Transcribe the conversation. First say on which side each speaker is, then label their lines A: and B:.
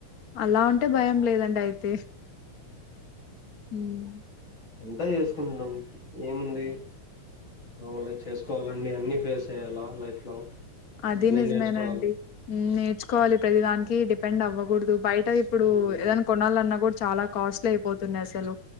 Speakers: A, on the left; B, on the left.
A: అలా ఉంటే భయం లేదండి అయితే మ్మ్
B: వంట చేసుకుంటాం ఏముంది మామూలే చేసుకోవాలండి అన్ని ఫేస్ చేయ్యాల లైఫ్ లో
A: అది
B: అన్ని
A: నిజమేనండి
B: నేర్చుకోవాలి
A: నేర్ చ్చుకోవాలి ప్రతి దానికి డిపెండ్ అవ్వకూడదు బయ్ అ ఇప్పుడు
B: మ్మ్
A: ఏదైనా కొనాల అన్నా కూడా చాలా కాస్ట్లీ అయ్ పోతున్నా అసలు